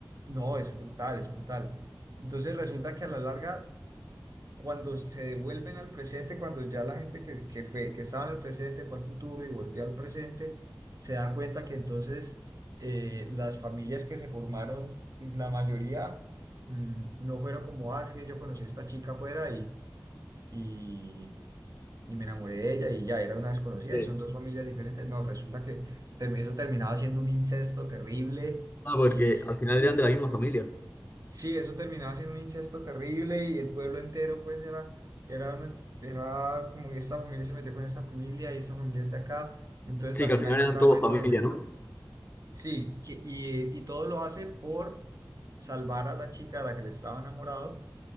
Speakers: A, on the right; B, on the left.
A: no, es brutal, es brutal. Entonces resulta que a la larga cuando se devuelven al presente, cuando ya la gente que, que fue, que estaba en el presente fue al futuro y volvió al presente, se da cuenta que entonces eh, las familias que se formaron, pues, la mayoría mm, no fueron como, ah, es que yo conocí a esta chica afuera y, y, y me enamoré de ella y ya era una desconocida
B: Sí.
A: y son dos familias diferentes. No, resulta que term- eso terminaba siendo un incesto terrible
B: Ah, porque
A: y,
B: al final
A: y
B: eran de la misma familia.
A: Sí, eso terminaba siendo un incesto terrible y el pueblo entero pues era, era, una- era como que esta familia se metió con esta familia y esta familia es de acá, entonces
B: Sí,
A: también
B: que al final
A: hay un
B: eran
A: drama
B: todos
A: enorme.
B: familia, ¿no?
A: Sí, que- y, y todo lo hace por salvar a la chica de la que le estaba enamorado,